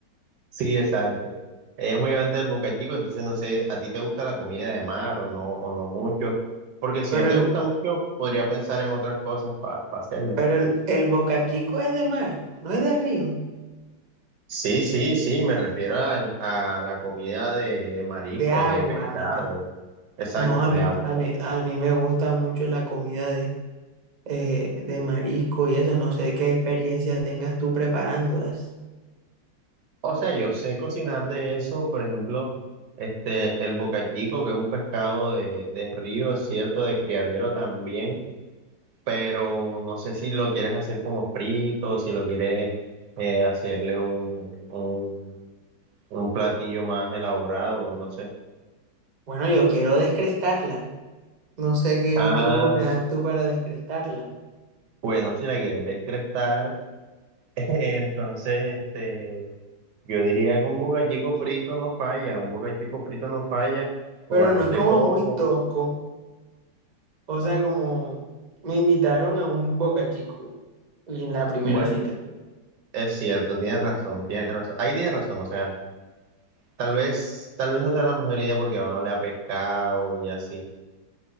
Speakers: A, on the right; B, on the right.
A: Sí, exacto. Ella es muy amante del bocachico, entonces no sé, ¿a ti te gusta la comida de mar o no, o no mucho? Porque si
B: Pero,
A: no te
B: el-
A: gusta mucho, podría pensar en otras cosas para hacerle.
B: pero el, el bocachico es de mar, no es de río,
A: Sí, sí, sí, me refiero a, a la comida de marisco,
B: de agua.
A: de pescado, exacto,
B: No, a mí,
A: de agua.
B: a mí, a mí me gusta mucho la comida de, eh, de marisco y eso. No sé qué experiencia tengas tú preparándolas.
A: O sea, yo sé cocinar de eso, por ejemplo, este, el bocachico, que es un pescado de, de río, es cierto, de criadero también, pero no sé si lo quieres hacer como frito, si lo quieres eh, hacerle un, un, un platillo más elaborado, no sé.
B: Bueno, yo quiero descrestarla. No sé qué
A: Ah,
B: truco me das tú para descrestarla.
A: bueno, si la quieres descrestar, <laughs> entonces, este, yo diría que un bocachico frito no falla, un bocachico frito no falla con
B: Pero
A: arroz
B: no es
A: de
B: como
A: coco.
B: muy tosco. O sea, como me invitaron a un Boca Chico y en la primera
A: Bueno.
B: cita.
A: Es cierto, tienes razón, tienes razón. Ahí tienes razón, o sea, tal vez, tal vez no sea la mejor idea porque van a oler a pescado y así.